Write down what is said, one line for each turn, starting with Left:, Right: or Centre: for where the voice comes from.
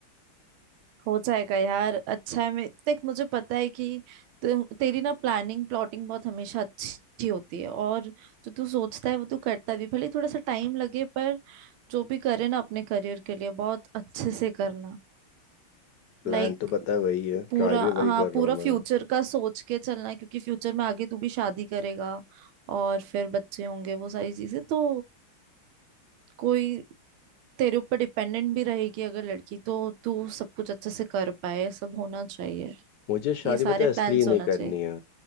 Right: हो जाएगा यार अच्छा है मैं देख मुझे पता है कि तु, तेरी ना प्लानिंग प्लॉटिंग बहुत हमेशा अच्छी होती है और जो तू सोचता है वो तू करता भी भले थोड़ा सा टाइम लगे पर जो भी करे ना अपने करियर के लिए बहुत अच्छे से करना
Left: प्लान
Right: लाइक
Left: तो पता है वही है
Right: पूरा
Left: ट्राई भी
Right: हाँ
Left: वही कर रहा
Right: पूरा
Left: हूँ
Right: फ्यूचर
Left: मैं
Right: का सोच के चलना है क्योंकि फ्यूचर में आगे तू भी शादी करेगा और फिर बच्चे होंगे वो सारी चीजें तो कोई तेरे ऊपर डिपेंडेंट भी रहेगी अगर लड़की तो तू सब कुछ अच्छे से कर पाए ये सब होना चाहिए
Left: मुझे शादी
Right: ये सारे
Left: पता है
Right: प्लान्स
Left: इसलिए नहीं
Right: होना
Left: करनी
Right: चाहिए
Left: है